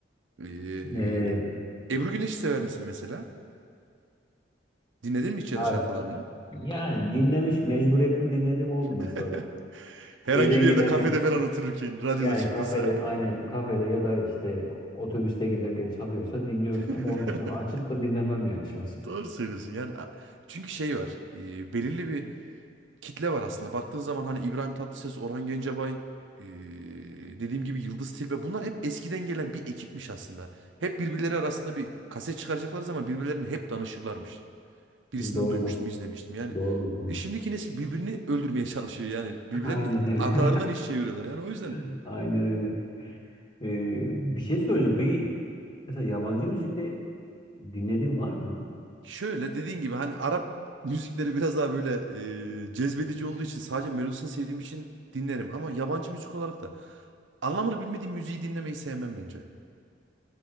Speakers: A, on the right; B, on the left.
A: Ee,
B: Ee,
A: Ebru Güneş'i sever misin mesela? Dinledin mi hiç
B: hayır.
A: ya da şarkılarını?
B: Yani dinlemiş, mecburiyetten dinlediğim oldu mesela.
A: <laughs> Herhangi
B: Şeyden
A: bir yerde
B: giderken
A: kafede falan otururken radyoda
B: yani
A: çıktıysa.
B: kafede aynen kafede ya da işte otobüste giderken çalıyorsa dinliyorsun
A: <laughs>
B: ama onun dışında açıp da dinlemem yani şahsen.
A: Doğru söylüyorsun yani. a- Çünkü şey var. e, belirli bir kitle var aslında. Baktığın zaman hani İbrahim Tatlıses, Orhan Gencebay, e, dediğim gibi Yıldız Tilbe. Bunlar hep eskiden gelen bir ekipmiş aslında. Hep birbirleri arasında bir kaset çıkaracakları zaman birbirlerine hep danışırlarmış. birisinden
B: Doğrudur.
A: duymuştum, izlemiştim. Yani
B: Doğrudur. Doğrudur.
A: e, şimdiki nesil birbirini öldürmeye <laughs> çalışıyor. Yani birbirlerini
B: <laughs> Aynen öyle.
A: arkalarından
B: <laughs>
A: iş çeviriyorlar. Yani o yüzden
B: <laughs> Aynen öyle. Ee, bir şey söyleyeceğim. Peki mesela yabancı müzikte dinlediğin var mı?
A: şöyle dediğin gibi hani Arap müzikleri biraz daha böyle e, cezbedici olduğu için sadece melodisini sevdiğim için dinlerim. Ama yabancı müzik olarak da anlamını bilmediğim müziği dinlemeyi sevmem bence.